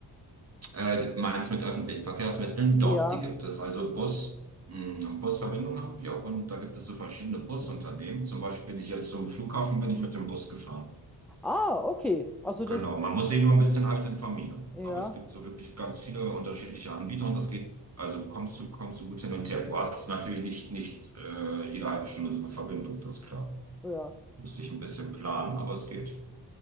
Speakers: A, on the right; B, in the centre.
A: Äh, meinst mit öffentlichen Verkehrsmitteln? Doch,
B: Ja.
A: die gibt es. Also Bus, mh, Busverbindungen haben wir und da gibt es so verschiedene Busunternehmen. Zum Beispiel bin ich jetzt zum Flughafen, bin ich mit dem Bus gefahren.
B: Ah, okay. Also
A: Genau,
B: das,
A: man muss sich nur ein bisschen halt informieren.
B: ja,
A: Aber es gibt so wirklich ganz viele unterschiedliche Anbieter und das geht, also kommst du, kommst du gut hin und her. Du hast natürlich nicht, nicht äh, jede halbe Stunde so eine Verbindung, das ist klar.
B: ja.
A: Musst dich ein bisschen planen, aber es geht.